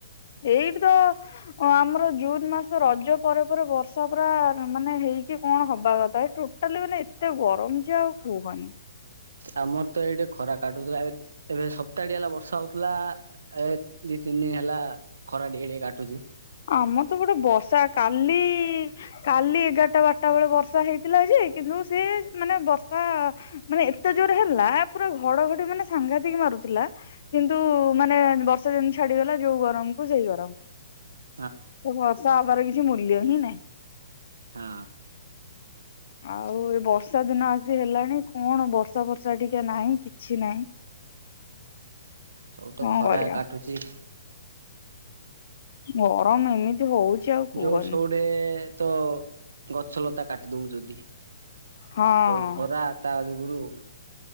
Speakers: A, on the left (about 60°); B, on the right (about 85°).
A: ଏଇଠି ତ ଆମର ଜୁନ୍ ମାସ ରଜ ପରେ ପରେ ବର୍ଷା ପୁରା ମାନେ କି କଣ ହବା କଥା ଏ ଟୋଟାଲି ମାନେ ଏତେ ଗରମ ଯେ ଆଉ କୁହନି
B: ଆମର ତ ଏଇଠେ ଖରା କାଟୁଥିଲା। ଏବେ ଏବେ ସପ୍ତାହ ଟେ ହେଲା ବର୍ଷା ହଉଥିଲା ଏ ତିନି ଦିନ ହେଲା ଖରା ଟିକେ ଟିକେ କାଟୁଛି।
A: ଆମ ତ ଗୋଟେ ବର୍ଷା କାଲି କାଲି ଏଗାରଟା ବାରଟା ବେଳେ ବର୍ଷା ହେଇଥିଲା। ଯେ କିନ୍ତୁ ସେ ମାନେ ବର୍ଷା ମାନେ ଏତେ ଯୋଉଁ ହେଲା ପୁରା ଘଡ଼ଘଡ଼ି ମାନେ ସାଂଘାତିକ ମାରୁଥିଲା। କିନ୍ତୁ ମାନେ ବର୍ଷା ଯେମିତି ଛାଡ଼ିଗଲା ଯୋଉଁ ଗରମ କୁ ସେଇ ଗରମ।
B: ହ।
A: ବର୍ଷା ହେବାର କିଛି ମୂଲ୍ୟ ହିଁ ନାଇଁ।
B: ହଁ।
A: ଆଉ ଏ ବର୍ଷା ଦିନ ଆସି ହେଲାଣି କଣ ବର୍ଷା ଫର୍ଷା ଟିକେ ନାହିଁ କିଛି ନାହିଁ।
B: ସବୁ ତ
A: କଣ
B: ଖରା
A: କରିବା
B: କାଟୁଚି
A: ଗରମ ଏମିତି ହଉଛି ଆଉ କୁହନି
B: ଯୋଉଁଠେ ସେଇଠି ତ ଗଛ ଲତା କାଟି ଦଉଛନ୍ତି ସବୁ
A: ହଁ।
B: ଖରା ତା ଯୋଗୁଁ ରୁ